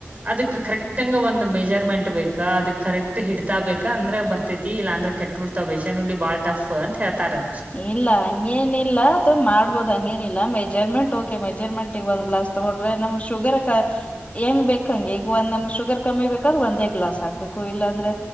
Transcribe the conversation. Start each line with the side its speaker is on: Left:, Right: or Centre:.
Right: ಅದಕ್ ಕರೆಕ್ಟ್ಂಗ ಒಂದ್ ಮೆಜರ್ಮೆಂಟ್ ಬೇಕ ಅದಕ್ ಕರೆಕ್ಟ್ ಹಿಡ್ತಾ ಬೇಕಾ ಅಂದ್ರ ಬರ್ತ ತಿ ಇಲ್ಲ ಅಂದ್ರೆ ಕೆಟ್ಟ ಬಿಡ್ತವ ಬೇಸನ್ ಉಂಡಿ ಬಾಳ್ ಟಫ್ ಅಂತ ಹೇಳ್ತಾರೆ
Left: ಇಲ್ಲ ಹಂಗೇನ ಇಲ್ಲ ಅದು ಮಾಡ್ಬೋದು ಹಂಗೇನಿಲ್ಲ ಮೆಜರ್ಮೆಂಟ್ ಟೊಕೆ ಮೆಜರ್ಮೆಂಟ್ ಒಂದ್ ಗ್ಲಾಸ್ ತಗೊಂಡ್ರೆ ನಮಗೆ ಶುಗರ್ ಹೆಂಗ್ ಬೇಕ ಹಂಗೆ ಈಗ ಒಂದ್ ಶುಗರ್ ಕಮ್ಮಿ ಬೇಕರ ಒಂದೇ ಗ್ಲಾಸ್ ಹಾ ಕು ಇಲ್ಲಾ ಅಂದ್ರೆ